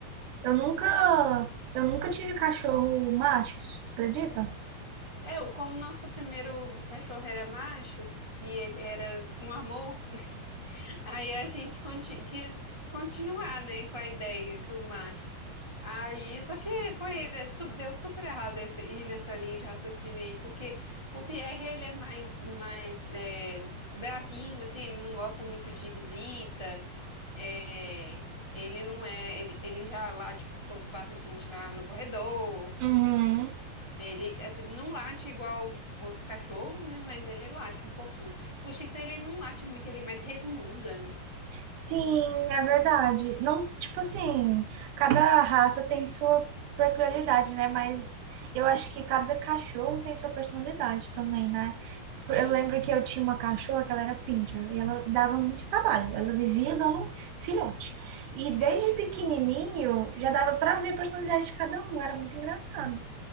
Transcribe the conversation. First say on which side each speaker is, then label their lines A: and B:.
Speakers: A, on the right (about 65°); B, on the right (about 40°).
A: Eu nunca,
B: mas é,
A: eu nunca tive cachorro machos, tu acredita?
B: é, como o nosso primeiro cachorro era macho e ele era um amor, Aí a gente conti- quis continuar, né, com a ideia do macho. Aí, só que foi, é, su- deu super errado esse, ir nessa linha de raciocínio aí, porque o Pierre, ele é mais, mais é, bravinho, assim, ele não gosta muito de visita, é, ele não é, ele, ele já late tipo, quando passa gente na, no corredor,
A: Uhum.
B: ele, assim, não late igual outros cachorros, né, mas ele late um pouquinho. O X, ele não late muito, ele é mais resmunga, né?
A: Sim, é verdade. Não, tipo assim, cada raça tem sua peculiaridade, né? Mas eu acho que cada cachorro tem sua personalidade também, né? Eu
B: Sim.
A: lembro que eu tinha uma cachorra que ela era pincher e ela dava muito trabalho. Ela vivia dando filhote. E
B: Meu
A: desde
B: Deus,
A: pequenininho já dava pra ver a personalidade de cada um. Era muito engraçado.